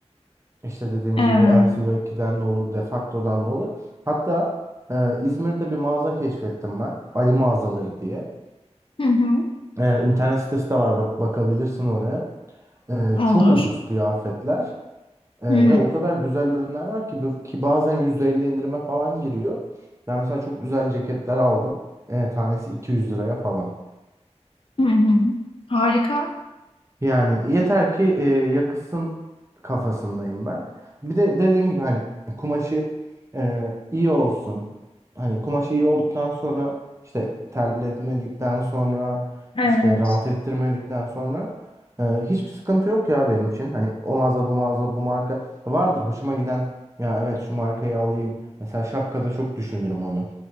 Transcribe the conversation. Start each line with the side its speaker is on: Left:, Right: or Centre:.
Right: İşte dediğin
Left: Evet.
Right: gibi lcy ikiden de olur, Defacto'dan da olur. Hatta e, İzmir'de bir mağaza keşfettim ben. Ali mağazaları diye.
Left: Hı hı.
Right: Ee, internet sitesi de var bak bakabilirsin oraya. Ee,
Left: Olur.
Right: çok ucuz kıyafetler Ee,
Left: Hı
Right: ve o kadar güzel ürünler var ki bu- ki bazen %50 indirime falan giriyor. Ben mesela çok güzel ceketler aldım. Ee, tanesi 200 liraya falan.
Left: Hı hı. Harika.
Right: Yani yeter ki e, yakışsın kafasındayım ben. Bir de dediğin gibi hani kumaşı e, iyi olsun. Hani kumaşı iyi olduktan sonra işte terletmedikten sonra
Left: Evet.
Right: işte rahat ettirmedikten sonra e, hiçbir sıkıntı yok ya benim için. Hani o mağaza bu mağaza bu marka vardır hoşuma giden ya evet şu markayı alayım. Mesela şapkada çok düşünürüm onu.